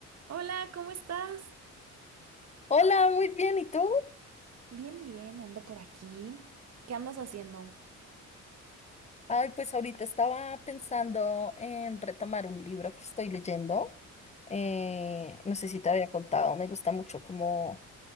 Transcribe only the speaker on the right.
Hola, ¿cómo estás?
Bien, bien, ando por aquí. ¿Qué andas haciendo?